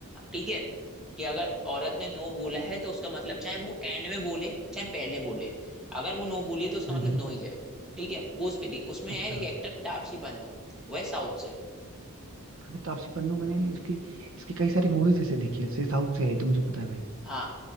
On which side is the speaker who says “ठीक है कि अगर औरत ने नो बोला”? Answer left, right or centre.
Centre